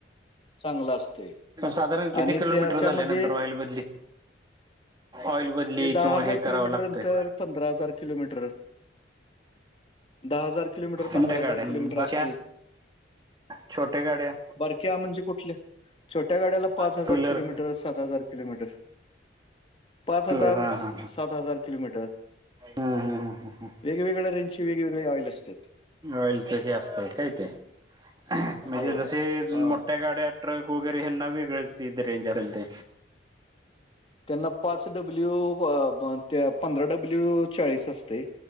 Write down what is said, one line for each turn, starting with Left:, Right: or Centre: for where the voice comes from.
Left: चांगला असतंय
Right: साधारण
Left: आणि
Right: किती किलोमीटर
Left: त्याच्यामध्ये
Right: झाले नंतर ऑइल बदली. ऑइल बदली
Left: ते
Right: किंवा हे
Left: किलोमीटर
Right: करावं लागतय.
Left: अंतर, किलोमीटर दहा हजार किलोमीटर पंधरा
Right: मोठ्या
Left: हजार
Right: गाड्या
Left: किलोमीटर
Right: बाक्या
Left: असत.
Right: छोट्या गाड्या
Left: बारक्या म्हणजे कु छोट्या गाड्याला पाच
Right: टू
Left: हजार
Right: व्हीलर
Left: किलोमीटर सात हजार किलोमीटर. पाच हजार
Right: टू हा
Left: सात
Right: हा
Left: हजार किलोमीटर.
Right: हा
Left: वेगवेगळ्या रेंज वेगवेगळे ऑइल असात.
Right: ऑइल च हे असतय काही ते म्हणजे
Left: हो
Right: जसे जु
Left: हा
Right: मोठ्या गाड्यात. ट्रक वगैरे हे ना वे गेस्ते रेंजरल ते.
Left: त्यांना पाच डब्ल्यू व्ह बन ते पंधरा डब्ल्यू चाळीस असतेय.